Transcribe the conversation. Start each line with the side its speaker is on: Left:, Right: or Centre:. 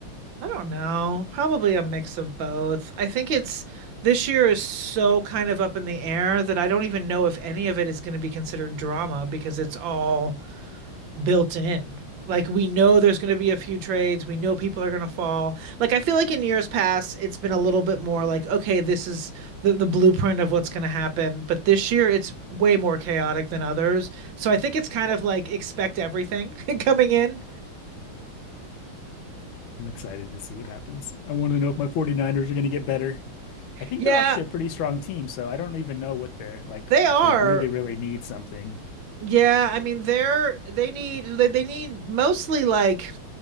Right: I don't know. Probably a mix of both. I think it's this year is so kind of up in the air that I don't even know if any of it is going to be considered drama because it's all built in. Like we know there's going to be a few trades, we know people are going to fall. Like I feel like in years past it's been a little bit more like okay, this is the the blueprint of what's going to happen, but this year it's way more chaotic than others. So I think it's kind of like expect everything <laughs> coming in.
Left: I'm excited to see what happens. I want to know if my 49ers are going to get better. I think
Right: Yeah,
Left: they're actually a pretty strong team, so I don't even know what they're like
Right: they are
Left: if they really, really need something.
Right: Yeah, I mean they're they need they, they need mostly like